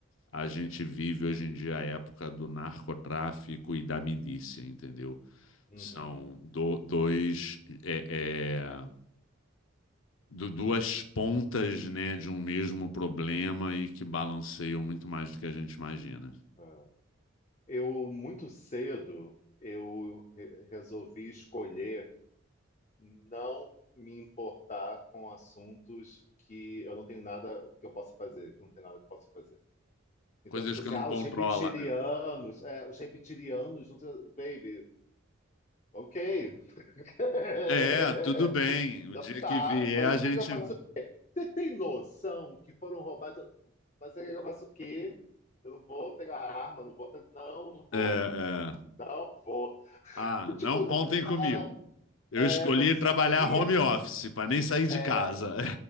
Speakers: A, on the left (about 75°); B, on the left (about 35°).
A: a gente vive hoje em dia a época do narcotráfico e da milícia, entendeu?
B: uhum.
A: São do- dois, é, é, du- duas pontas, né, de um mesmo problema e que balanceiam muito mais do que a gente imagina.
B: É. Eu, muito cedo, eu re- resolvi escolher. não me importar com assuntos que eu não tenho nada que eu possa fazer, que eu não tenho nada que eu possa fazer. Então,
A: Coisas
B: tipo
A: que
B: assim,
A: não
B: ah,
A: controla,
B: os reptilianos,
A: né?
B: é, os reptilianos, não sei, baby, ok. <laughs>
A: É, tudo bem. O dia
B: Tá,
A: que vier,
B: mas
A: a
B: o que
A: gente.
B: é que eu faço? Você tem noção que foram roubados? Mas o que é que eu faço o quê? Eu não vou pegar a arma, não vou, fazer- não, não vou,
A: É,
B: tipo,
A: é.
B: não vou.
A: Ah,
B: <laughs> Tipo,
A: não contem comigo.
B: ah,
A: Eu
B: é,
A: escolhi
B: mas você
A: trabalhar
B: sabia?
A: home office para nem sair de
B: É,
A: casa.